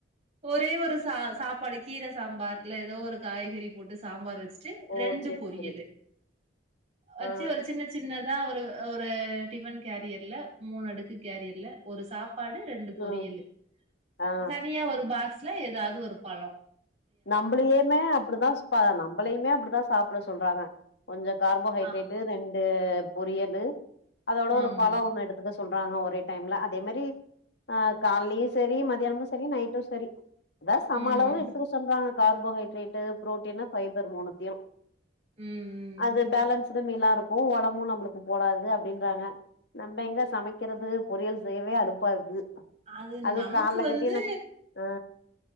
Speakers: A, on the right; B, on the left.
A: ஒரே ஒரு ச சாப்பாடுக்கு கீர சாம்பார் இல்ல ஏதோ ஒரு காய்கறி போட்டு சாம்பார் வெச்சு ச்சு
B: ஓ
A: ரெண்டு
B: சேரி
A: பொரியலு
B: சேரி
A: வெச்சு
B: ஆ
A: ஒரு சின்ன சின்ன அதா ஒரு ஒரு டிபன் கேரியர்ல மூணு அடுக்கு கேரியர்ல ஒரு சாப் பாடு ரெண்டு பொறரியலு
B: ம் ஆ ஆ
A: தனியா ஒரு பாக்ஸ் ல ஏதாவது ஒரு பழோ
B: நம்மளயுமே அப்டிதா சா நம்மளையுமே அப்டிதா சா சாப்புட சொல்றாங்க கொஞ்சோ கார்போஹைட்ரேட்டு
A: ஆமா,
B: ரெண்டு பொறியலு அதோட
A: ஆமா.
B: ஒரு பழோ ஒன்னு எடுத்துக்க சொ சொல்றாங்க ஒரே டைம்ல அதே மாரி ஆஹ் கால்லையு செரி மதியியானமும் செரி நைட்டு செரி அதான் சமளவு
A: ம்.
B: எடு சொல்றாங்க கார்போஹைட்ரேட்டு பு்ரோட்டீனு ஃபைபர் மூணுத்தையு
A: ம், ம்.
B: அது பேலன்ஸ் துமிலா இருக்கும் உடமும் நம்மளுக்கு போடாது அப்டின்றாங்க நம்ம எங்க சமைக்கிறது பொறியல் செய்யவே அலுப்பா இருக்கு
A: அது
B: அதுவு
A: நமக்கு
B: கால்ல
A: வந்து
B: கட்டின ஆ